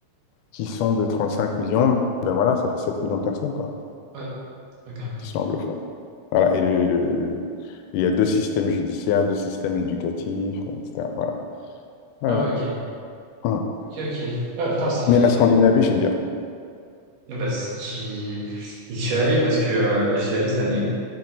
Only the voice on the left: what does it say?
qui sont de 35 millions, ben voilà, ça fait 7 millions de personnes, quoi.
qui sont anglophones. Voilà. Et le- le- il y a deux systèmes judiciaires, deux systèmes éducatifs, etc. Voilà. Voilà.
Hum.
Mais la Scandinavie, j'aime bien.